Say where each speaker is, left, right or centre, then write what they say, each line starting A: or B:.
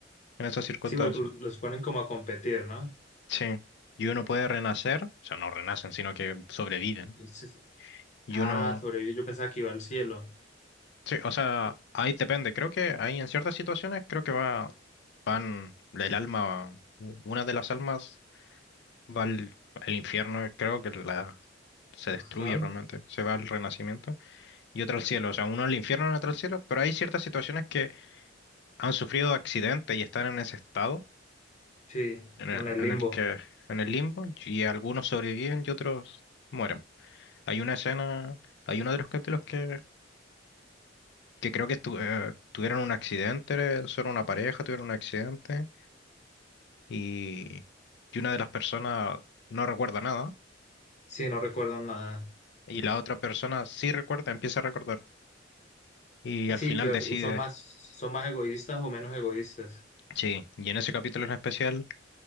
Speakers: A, on the left; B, on the left.
A: en esas circunstancias.
B: Sí, porque lo- los ponen como a competir, ¿no?
A: Sí, y uno puede renacer, o sea, no renacen, sino que sobreviven.
B: Y sí, sí.
A: Y
B: Ah,
A: uno,
B: sobrevivió. Yo pensaba que iba al cielo.
A: sí, o sea, ahí depende. Creo que ahí en ciertas situaciones creo que va, van el alma, u- una de las almas va al, al infierno, creo que la se
B: Ajá.
A: destruye realmente, se va al renacimiento y otra al cielo, o sea, uno al infierno y otro al cielo, pero hay ciertas situaciones que han sufrido accidentes y están en ese estado
B: Sí,
A: en
B: como
A: el,
B: en el
A: en
B: limbo.
A: el que en el limbo y algunos sobreviven y otros mueren. Hay una escena, hay uno de los capítulos que, que creo que estu- eh, tuvieron un accidente, son una pareja, tuvieron un accidente y, y una de las personas no recuerda nada
B: Sí, no recuerdo nada.
A: y la otra persona sí recuerda, empieza a recordar y
B: Sí,
A: al final
B: que
A: decide,
B: son más, son más egoístas o menos egoístas.
A: sí, y en ese capítulo en especial